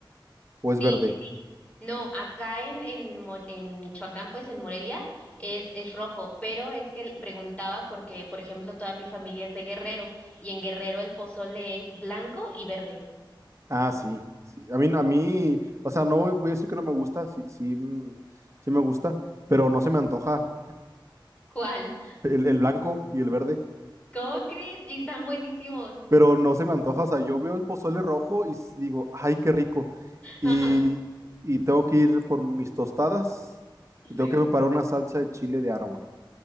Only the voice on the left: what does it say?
Sí,
sí, sí. No, acá en, en, Mo- en Michoacán, pues en Morelia, es, es rojo, pero es que preguntaba porque, por ejemplo, toda mi familia es de Guerrero y en Guerrero el pozole es blanco y verde.
¿Cuál?
<laughs>
¿Cómo crees? Y están buenísimos.
Ajá,
sí.